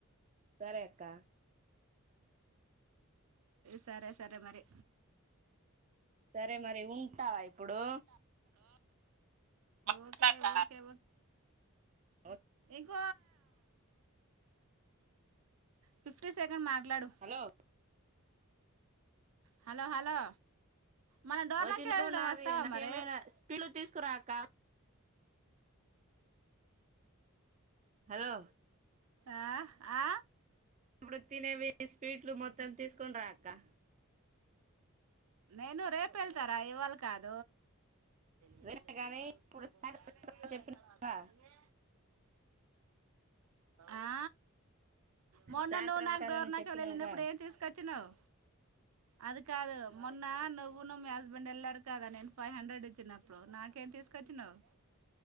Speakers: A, on the right; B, on the right.
A: సరే అక్క.
B: సరే సరే మరి.
A: సరే మరి ఉంటావా ఇప్పుడు.
B: ఓకే ఓకే
A: అవ
B: ఫిప్ ఫిఫ్టీ సెకండ్ మాట్లాడు.
A: హలో
B: హలో హలో మనం డోర్నాకే
A: వచ్చినప్పుడు
B: వెళ్దాం
A: నాది
B: వస్తావా
A: నాకేమైనా
B: మరి
A: స్పీడులు తీసుకురా అక్క. హలో
B: ఆ ఆ
A: కొ తినేవి స్వీట్లు మొత్తం తీసుకొని రా అక్కా.
B: నేను రేపు ఎళ్తరా ఇవాళ కాద్.
A: అదే
B: శనివారం
A: కానీ ఇప్పుడు
B: సరిపో
A: సాయంత్రం
B: <unintelligible>
A: చెప్పినావుగా
B: అరసకునే ఆ మొన్న
A: సాయంత్రం
B: నువ్వు నాకు
A: వస్తానని
B: డోర్నాకల్
A: చెప్పినావుగా
B: ఎళ్ళినప్పుడు నాకు ఏం తీసుకొచ్చినవు అది కాదు మొన్న నవ్వున్ను మీ హస్బెండ్ ఎల్లా రు కదా నేను ఫైవ్ హండ్రెడ్ ఇచ్చినప్పుడు నాకేం తీసుకొచ్చినవు.